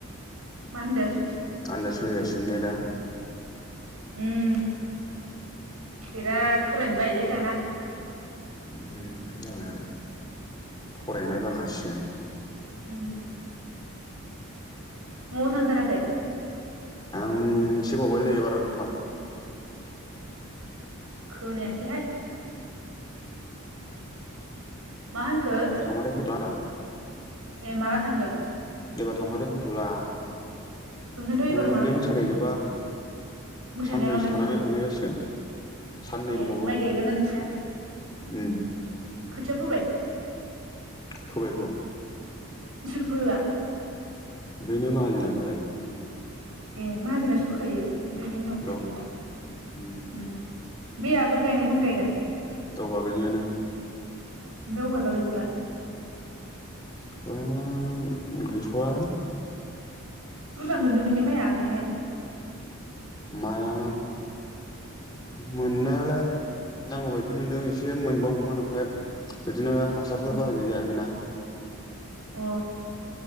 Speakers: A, on the right; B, on the left.
A: मा होनदों?
B: आनजाद सलि गासिनो ने दा?
A: ओम बिराद फरायनो बायोलै दाना
B: बेनोनथ' जाबाय आरो फरायनाय बाखासिगोन
A: ओम न'आव थांथाराखै?
B: आं एसे बावबायलै एबार थां
A: खोनायासैहाय मा होनखो?
B: थांबाथाय फैथ'आ होनदां
A: ए माला थांगोन?
B: एबार थांबाथाय फैथ'ला
A: ओंखायनोथ' एबार
B: उम
A: माला
B: बे
A: थांगोन
B: मोसानाय जोब्बा
A: मोसानाया
B: सानब्रैसो
A: माला
B: थानानै
A: जोबो
B: थांनाय जासिगोन साननै
A: ए
B: दंबावो
A: माइ गायगोन ना नोंसिना
B: ओम
A: खोथिया फोबाय
B: फोबायथ'
A: सोर फोआ?
B: बेनो माहाजोना फोबाय
A: ए माहाजोनासो फोखायो? बेनि उनाव
B: औ
A: फुयो
B: उम
A: ओम बे आगोल गायनायखौनो गायगोन?
B: औ आगोलनियानो
A: दा औहायबा गैबावला
B: <unintelligible> गैथ'वा
A: बुरजा मोनदोंमोनने माइया आगोलहाय?
B: माया मोननायालाय नांगौ बायदि मोनदों एसे मोनबावोममोन ओमफाय इदिनो हासारफोर
A: उम
B: बाहायनाय जायाखै ना
A: अ